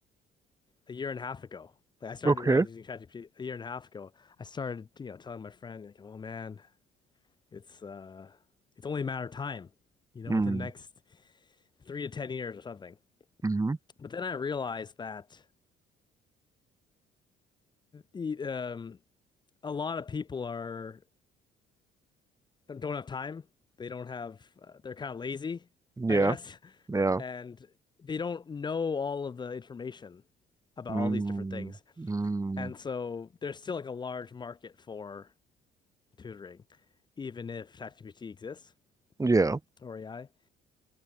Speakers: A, on the left; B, on the right.
A: a year and a half ago. Like I started
B: Okay.
A: when I was using ChatGPT a year and a half ago. I started, you know, telling my friend like, "Oh man, it's uh it's only a matter of time, you know,
B: Mm,
A: within the next 3 to 10 years or something."
B: hmm
A: But then I realized that e- um, a lot of people are don't have time. They don't have. Uh, they're kind of lazy,
B: Yeah,
A: I guess, <laughs>
B: yeah.
A: and they don't know all of the information about
B: Mm,
A: all these different things.
B: mm,
A: And so there's still like a large market for tutoring, even if ChatGPT exists
B: yeah.
A: or AI.